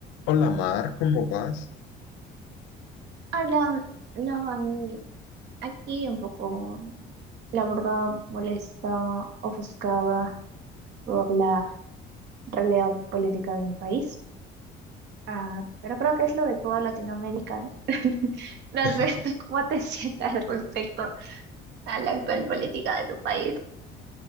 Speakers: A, on the left; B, on the right.
A: Hola Mar, ¿cómo vas?
B: Hablan, hablan aquí un poco, la verdad, molesta, ofuscada por la realidad política de mi país. Ah, pero creo que es lo de toda Latinoamérica, ¿no? <laughs> No
A: <laughs>
B: sé tú cómo te <laughs> sientas respecto a la actual política de tu país.